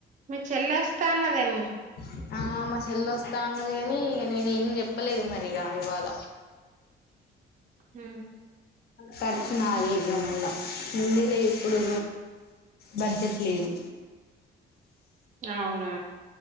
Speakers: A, on the right; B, on the left.
A: మీ చెల్లే వస్తా అన్నదేమో
B: <unintelligible> ఆ మా చెెల్ల వస్తాన్నది కాని నేను ఏం చెప్పలేదు మరి ఇక ఇవాళ
A: హు
B: తప్పు నాదె ఇగ మళ్ల ముందె చేప్పుడు, బడ్జెట్ లేవు
A: అవునా